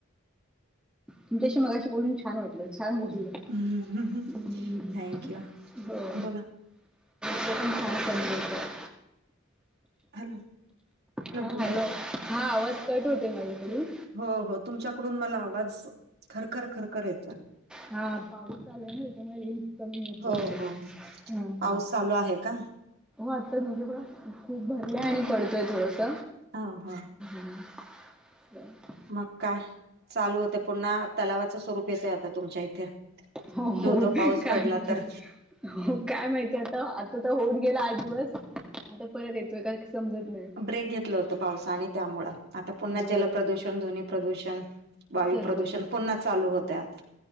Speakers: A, in the centre; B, on the right (about 55°).
A: तुमच्याशी मगाशी बोलून छान वाटलं छान बोललं.
B: हम्म
A: ह्
B: थँक यू
A: हो.
B: बोला
A: ते पण छान समजायचं.
B: हॅलो.
A: हा
B: बोला
A: हॅलो
B: ना
A: हा आवाज कट होते माझ्याकडून
B: हो हो तुमच्याकडून मला आवाज खरखर खरखर येतो.
A: हा पाऊस चालाय त्याच्यामुळे रेंज कमी येतायत
B: हो
A: ते हा
B: हो हो
A: हा
B: पाऊस चालू आहे का
A: हो वाटतय नदी पण खूप भरलंय आणि पडतोय थोडस
B: हो हो
A: <inaudible>
B: मग काय चालू होते पुन्हा तलावाचं स्वरूप येतय आता तुमच्या इथे
A: हो
B: धोधो
A: हो
B: पाऊस
A: काय
B: पडला
A: माहिती
B: तर.
A: हो काय माहितीय आता आता तर होऊन गेला आठ दिवस आता परत येतोय का समजत नाही.
B: ब्रेक घेतलं होत पावसा आणि त्यामुळेळ आता पुन्हा
A: हो
B: जलप्रदूषण ध्वनी प्रदूषण. वायू
A: सर्वच
B: प्रदूषण पुन्हा चालू होतय आता.